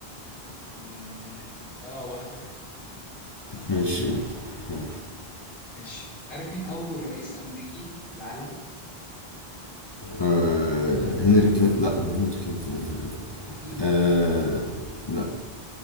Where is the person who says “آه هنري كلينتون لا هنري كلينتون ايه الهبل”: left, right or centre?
Left